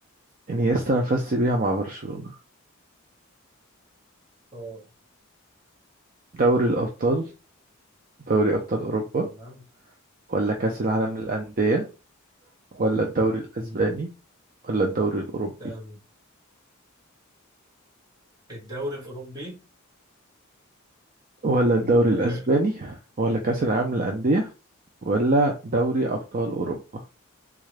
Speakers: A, on the right; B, on the right.
A: إنيستا مفز بيها مع برشلونة
B: أه
A: دوري الأبطال دوري أبطال أوروبا
B: تمام
A: ولا كأس العالم
B: تمام
A: للأندية ولا الدوري الأسباني
B: مم.
A: ولا الدوري الأوروبي
B: تمام الدوري الأوروبي
A: ولا الدوري
B: آه،
A: الأسباني ولا كأس العالم للأندية ولا دوري أبطال أوروبا